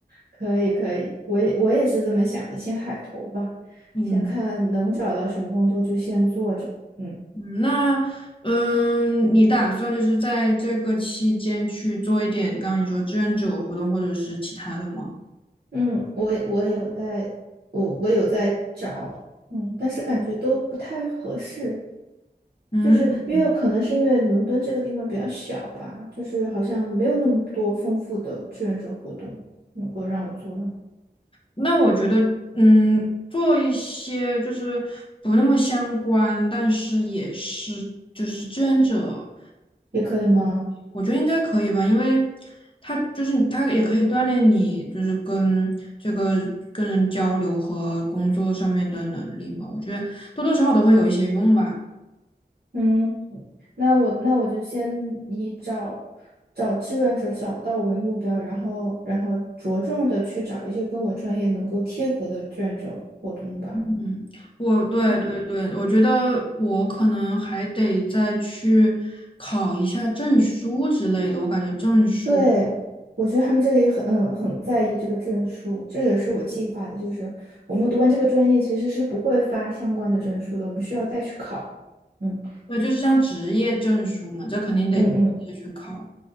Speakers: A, on the right (about 65°); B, on the left (about 30°).
A: 可以可以，我也我也是这么想的，先海投吧，
B: 嗯
A: 先看能找到什么工作就先做着。嗯。
B: 嗯，那嗯，你打算就是在这个期间去做一点，刚刚你说志愿者活动或者是其他的吗？
A: 嗯，我也我也有在，我我有在找，嗯，但是感觉都不太合适，
B: 嗯。
A: 就是因为有可能是因为伦敦这个地方比较小吧，就是好像没有那么多丰富的志愿者活动能够让我做的，
B: 那我觉得，嗯，做一些就是不那么相关，但是也是就是志愿者，
A: 也可以吗？
B: 我觉得应该可以吧，因为他就是你他也可以锻炼你，就是跟这个跟人交流和工作上面的能力嘛，我觉得多多少少都会有一些用吧。
A: 嗯，那我那我就先以找找志愿者找到为目标，然后然后着重的去找一些跟我专业能够贴合的志愿者活动吧。
B: 嗯，我对对对，
A: 嗯。
B: 我觉得我可能还得再去考一下证书之类的，我感觉证书。
A: 对，我觉得他们这里很嗯很在意这个证书，这也是我计划的，就是我们读完这个专业其实是不会发相关的证书的，我们需要再去考。嗯
B: 对，就是像职业证书嘛，这肯定得直接去考。
A: 嗯嗯，